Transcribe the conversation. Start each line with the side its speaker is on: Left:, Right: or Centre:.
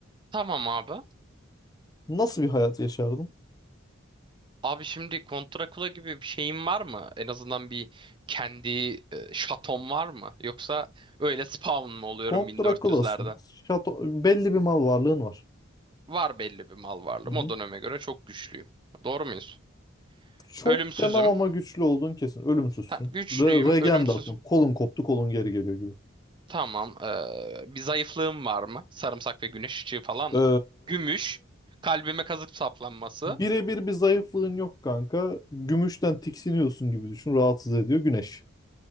Right: tamam abi.
Left: Nasıl bir hayat yaşardın?
Right: Abi şimdi kontrakula gibi bir şeyin var mı? En azından bir kendi e, şaton var mı? Yoksa öyle spawn mı oluyorum
Left: Kont
Right: 1400'lerde?
Left: Drakula'sın. Şato, belli bir mal varlığın var.
Right: Var belli bir mal varlığım.
Left: Hı hı.
Right: O döneme göre çok güçlüyüm. Doğru muyuz?
Left: Çok
Right: Ölümsüzüm.
Left: demem ama güçlü olduğun kesin. Ölümsüzsün.
Right: Tam güçlüyüm,
Left: Re regen
Right: ölümsüzüm.
Left: de atıyorum. Kolun koptu, kolun geri geliyor gibi.
Right: Tamam. Ee, bir zayıflığım var mı? Sarımsak ve güneş ışığı falan mı?
Left: Ee,
Right: Gümüş. Kalbime kazık saplanması.
Left: birebir bir zayıflığın yok kanka. Gümüşten tiksiniyorsun gibi düşün. Rahatsız ediyor güneş.